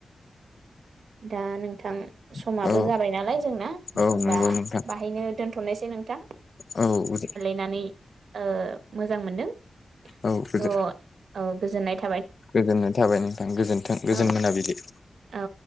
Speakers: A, on the right; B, on the left.
A: दा नोंथां समाबो
B: औ औ
A: जाबाय नालाय जोंना
B: औ
A: ओमबा
B: नंगौ नोंथां
A: बाहायनो दोनथ'नायसै नोंथां
B: औ दे
A: नानै ओ मोजां मोनदों।
B: औ गोदोर।
A: थ' औ गोजोननाय था
B: गोजोननाय थाबाय नोंथां गोजोन्थों गोजोन
A: औ
B: मोनाबिलि।
A: औ।